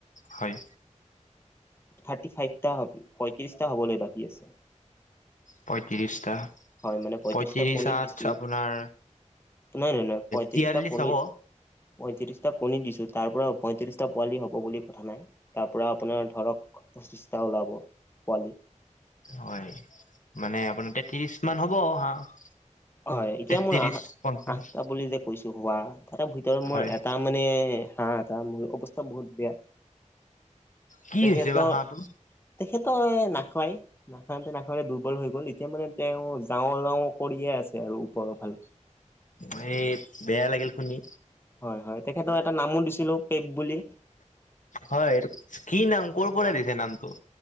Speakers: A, on the left; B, on the left.
A: হয়।
B: থাৰ্টি ফাইভটা হ পয়ত্ৰিশটা হ'বলৈ বাকী আছে।
A: পঁয়ত্ৰিশটা
B: হয় মানে পয়ত্ৰিশটা
A: পঁয়ত্ৰিশ
B: কণীৰ
A: আঠ
B: দিছো।
A: আপোনাৰ
B: নাই নাই নাই পইয়ত্ৰিশটা
A: তিয়াল্লিশ
B: কনী,
A: হ'ব
B: পঁয়ত্ৰিশটা কণী দিছোঁ তাৰ পৰা পঁয়ত্ৰিছটা পোৱালি হ'ব বুলি কথা নাই। তাৰ পৰা আপোনাৰ ধৰক পঁচিছটা ওলাব পোৱালি।
A: হয়, মানে আপোনাৰ তে ত্ৰিশ মান হ'ব হাঁহ।
B: হয় এতিয়া
A: তেত্ৰিশ
B: মোৰ আ
A: পঞ্চল্লিশ
B: আঠটা বুলি যে কৈছো হোৱা তাৰে ভিতৰত
A: হয়।
B: মোৰ এটা মানে হাহ এটা মোৰ অৱস্থা বহুত বেয়া।
A: কি
B: তেখেতৰ
A: হৈছে বা হাঁহটো
B: তেখেতে নাখয়। নাখাওঁতে নাখাওঁতে দুৰ্বল হৈ গল এতিয়া মানে তেওঁ যাওঁ যাওঁ কৰিয়ে আছে আৰু ওপৰৰ ফালে।
A: হেই বেয়া লাগিল শুনি।
B: হয় হয় তেখেতক এটা নামো দিছিলো পেপ বুলি।
A: হয় কি নাম কৰ পৰা দিছে নামটো?